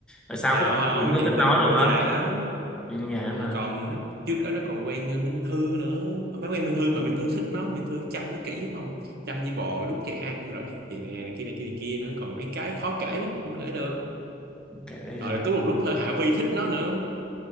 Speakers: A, in the centre; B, on the right.
A: rồi sau
B: không
A: khúc từ
B: không
A: nó
B: chuyện
A: tính nói
B: tình
A: luôn
B: còn
A: á
B: dài lắm
A: chuyện như vậy
B: thì
A: mà
B: còn nó, trước đó nó còn quen ờ, Minh Thư nữa không phải quen Minh Thư mà Minh Thư thích nó Minh Thư chăm nó kỹ lắm không chăm như bò đút cho ăn rồi vậy nè này kia này kia này kia nữa còn mấy cái khó kể lắm không kể được
A: kệ
B: rồi
A: à,
B: có một lúc thôi Hạ Phi thích nó nữa